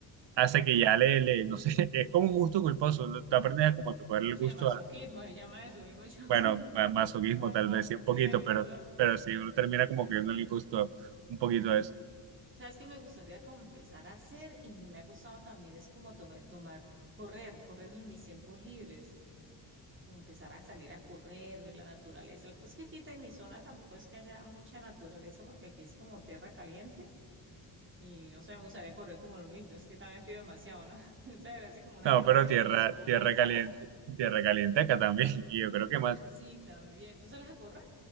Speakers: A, on the right; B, on the right.
A: hasta
B: Ay, no.
A: que ya le, le- no sé, <laughs> es como un gusto culposo, ¿no? Tú aprendes a como que cogerle el
B: Sí,
A: gusto
B: masoquismo
A: a,
B: se llama eso, le digo yo.
A: bueno,
B: <laughs>
A: a masoquismo
B: O sea,
A: tal
B: el do-
A: vez, sí, un
B: sí,
A: poquito,
B: el
A: pero,
B: dolor.
A: pero sí, uno termina como que dándole el gusto un poquito a eso.
B: Sabes que me gustaría como empezar a hacer y yo me ha costado también es como tomar, tomar, correr, correr en mis tiempos libres, como empezar a salir a correr, ver la naturaleza. Lo que pasa es que aquí en mi zona tampoco es que haya mucha naturaleza porque aquí es como tierra caliente y no sé, me gustaría correr como en un y no es que también pido demasiado, ¿no? <laughs> O sea, era así como una
A: No,
B: carretera
A: pero tierra,
B: de boscosa.
A: tierra caliente,
B: <laughs>
A: tierra caliente acá también, <laughs> y yo creo que más.
B: Y Sí, también. ¿Tú sales a correr